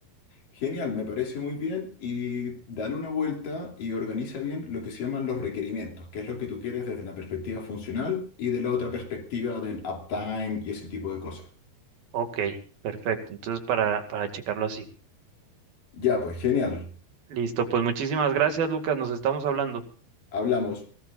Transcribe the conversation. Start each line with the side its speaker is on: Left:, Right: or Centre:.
Left: Genial, me parece muy bien y dale una vuelta y organiza bien lo que se llaman los requerimientos, que es lo que tú quieres desde la perspectiva funcional y de la otra perspectiva del uptime y ese tipo de cosas.
Right: Ok, perfecto. Entonces para, para checarlo así.
Left: Ya, pues genial.
Right: Listo, pues muchísimas gracias, Lucas. Nos estamos hablando.
Left: Hablamos.